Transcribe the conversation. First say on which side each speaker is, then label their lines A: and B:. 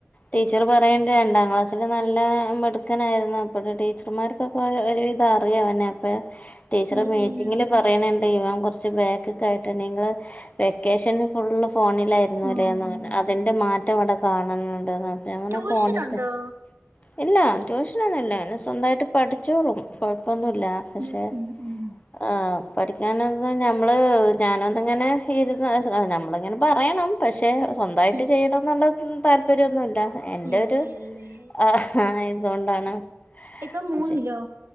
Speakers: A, on the left; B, on the right.
A: ടീച്ചർ പറയണ്ട് രണ്ടാം ക്ലാസ്സില് നല്ല മിടുക്കനായിരുന്നു, അപ്പോഴും ടീച്ചർമാർക്കൊ ക്ക് ഒരുവിധം അറിയാ ഓനെ അപ്പോ ടീച്ചറെ
B: ഉം
A: മേ
B: ഉം
A: പറയണണ്ട് ഇവൻ കുറച്ച് ബാക്കിക്കായ്ട്ടണ്ട് നിങ്ങൾ വെക്കേഷന് ഫുള്ള് ഫോണിലായി 'രുന്നു
B: ഓഹ്
A: ലേന്ന് പറഞ്ഞ് അതിന്റെ മാറ്റം അവിടെ കാണുന്നുണ്ട് ന്നർ ഞ്ഞ് അങ്ങനെ
B: ട്യൂഷൻ
A: ഫോൺ എടുത്ത്
B: ഉണ്ടോ
A: ഇല്ല ട്യൂഷനൊന്നുല്ല, അവന് സ്വന്തായിട്ട് പഠിച്ചോളും കൊഴപ്പൊന്നുല്ല, പക്ഷേ
B: ഉം ഉം ഉം
A: ആ പഠിക്കാനന്ന് നമ്മള് ഞാനന്തങ്ങനെ ഇരുന്ന് നമ്മളെങ്ങനെ പറയണം. പക്ഷെ സ്വന്തമായിട്ട്
B: ഉം
A: ചെയ്യണം എന്നുള്ള താല്പര്യമൊന്നുമില്ല എന്റെ
B: ഇല്ല
A: ഒരു
B: ഇല്ലേ
A: ആ ഇതുകൊണ്ടാണ്ക്ഷെ
B: ഇപ്പൊ മൂന്നിലോ